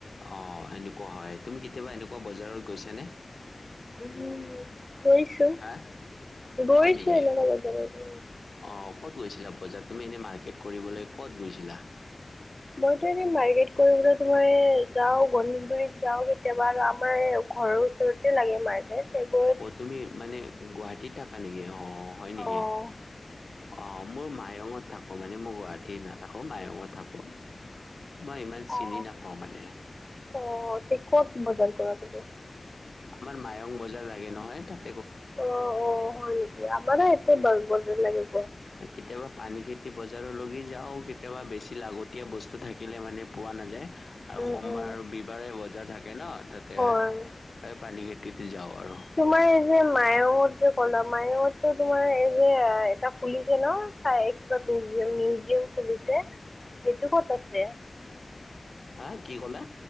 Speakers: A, on the left; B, on the left.
A: অ', এনেকুৱা হয়। তুমি কেতিয়াবা এনেকুৱা বজাৰত গৈছানে?
B: উম গৈছোঁ।
A: হা
B: গৈছোঁ
A: হয় নেকি
B: এনেকুৱা বজাৰত।
A: অ', ক'ত গৈছিলা বজাৰ, তুমি এনে মাৰ্কেট কৰিবলৈ কত গৈছিলা?
B: মইতো এনে মাৰ্কেট কৰিবলৈ তোমাৰ যাও গণেশগুৰিত যাও কেতিয়াবা আৰু আমাৰ ঘৰৰ ওচৰতে লাগে মাৰ ঠাইত সেইবোৰ
A: অ', তুমি মানে গুৱাহাটীত থাকা নেকি? অ'। অ', হয় নেকি?
B: অঁ
A: অ', মোৰ মায়ঙত অ', মনে মই গুৱাহাটি নাথাকোঁ মায়ঙত থাকোঁ। মই ইমান
B: অঁ
A: চিনি নাপাওঁ মানে।
B: অঁ তে ক'ত বজাৰ কৰাটো যে।
A: আমাৰ মায়ং বজাৰ লাগে নহয় তাক
B: অ', অ', হয় নেকি? আমাৰে ইয়াতে দচ বছৰ লাগিল।
A: কেতিয়াবা পানী খেতি বজাৰলগি যাও কেতিয়াবা বেছি লাগতিয়া বস্তু থাকিলে মানে পোৱা নাযায়। আৰু
B: উম
A: সোমবাৰ
B: উম
A: আৰু ৰবিবাৰে বজাৰ থাকে ন তাতে,
B: হয়
A: এ পানী খেতিত যাওঁ আৰু।
B: তোমাৰ এ যে মায়ংট যে কলা মায়ঙত টো তোমাৰ এই যে এটা খুলিছে ন? চাই কিবা মউজিয়াম-মিউজিয়াম খুলিছে, সেইটো ক'ত আছে?
A: হা, কি কলা?